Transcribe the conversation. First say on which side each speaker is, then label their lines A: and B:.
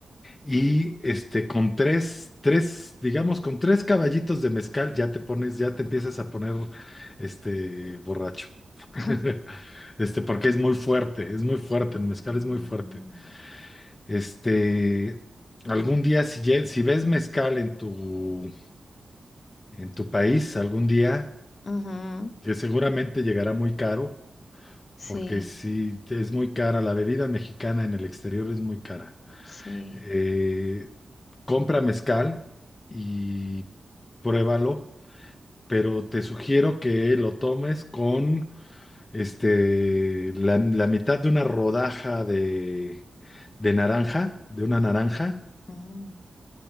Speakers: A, on the left (about 30°); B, on the left (about 55°).
A: Y este, con tres, tres, digamos, con tres caballitos de mezcal ya te pones, ya te empiezas a poner, este, borracho.
B: <laughs>
A: <laughs> Este, porque es muy fuerte, es muy fuerte, el mezcal
B: Mm,
A: es muy fuerte. Este, algún día, si, lle- si ves mezcal en tu, en tu país, algún día,
B: ujú,
A: que seguramente llegará muy caro,
B: Sí,
A: porque si es muy cara, la bebida mexicana en el exterior es muy cara.
B: sí.
A: Eh, compra mezcal y pruébalo, pero te sugiero que lo tomes con este, la, la mitad de una rodaja de, de naranja, de una naranja
B: Mm,